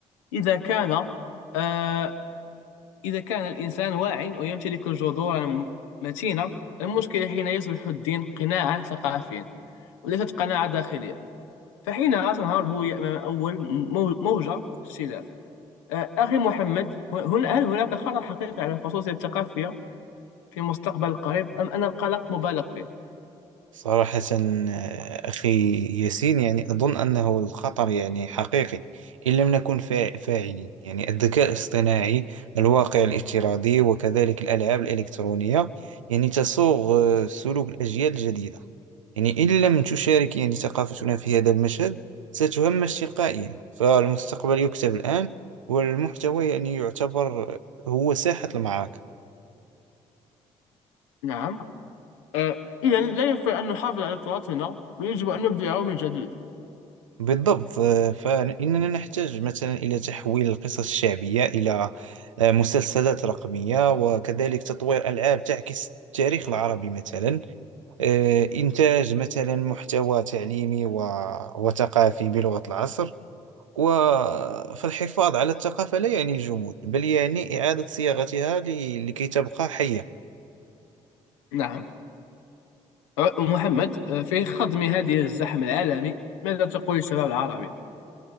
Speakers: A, on the left; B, on the right.
A: إذا كان آه، إذا كان الإنسان واعٍ ويمتلك جذورا متينة المشكلة حين يصبح الدين قناعا ثقافيا وليست قناعة داخلية فحينها تنهار الهوية أمام أول مو- موجة اختلاف آه، أخي محمد هنا هل هناك خطر حقيقي على الخصوصية الثقافية في المستقبل القريب أم أن القلق مبالغ فيه؟
B: صراحة آه، أخي ياسين يعني أظن أنه الخطر يعني حقيقي إن لم نكن فاع- فاعلين يعني الذكاء الاصطناعي الواقع الافتراضي وكذلك الألعاب الإلكترونية يعني تسوغ آه، سلوك الأجيال الجديدة يعني إن لم تشارك يعني ثقافتنا في هذا المشهد ستهمش تلقائيا فالمستقبل يكتب الآن والمحتوى يعني يعتبر هو ساحة المعركة
A: نعم آه، إذا لا يكفي أن نحافظ على تراثنا ويجب أن نبدأه من جديد
B: بالضبط آه، فإننا نحتاج مثلا إلى تحويل القصص الشعبية إلى آه، مسلسلات رقمية وكذلك تطوير ألعاب تعكس التاريخ العربي مثلا آه، إنتاج مثلا محتوى تعليمي و... وثقافي بلغة العصر و... فالحفاظ على الثقافة لا يعني الجمود بل يعني إعادة صياغتها ل... لكي تبقى حية
A: نعم آه، محمد آه، في خضم هذه الزحم العالمي ماذا تقول الشباب العربي؟